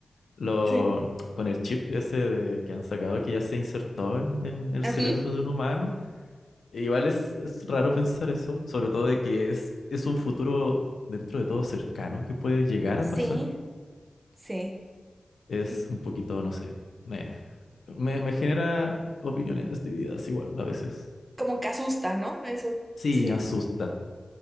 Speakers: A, on the left; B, on the right.
A: Lo,
B: Sí.
A: con el chip ese de, que han sacado, que ya se insertó en, en el
B: Ujú.
A: cerebro de un humano. e Igual es, es raro pensar eso, sobre todo de que es, es un futuro dentro de todo cercano que puede llegar
B: Sí,
A: a pasar.
B: sí.
A: es
B: Mm,
A: un poquito, no sé, me, me, me genera opiniones divididas igual a veces.
B: Como que asusta, ¿no? Eso,
A: Sí,
B: sí,
A: asusta,